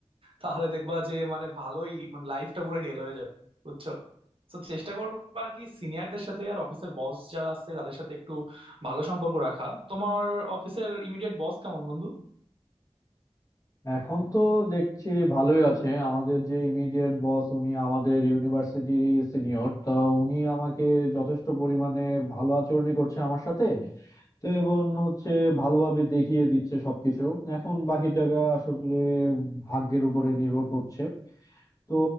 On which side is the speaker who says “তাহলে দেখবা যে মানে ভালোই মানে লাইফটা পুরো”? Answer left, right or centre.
Right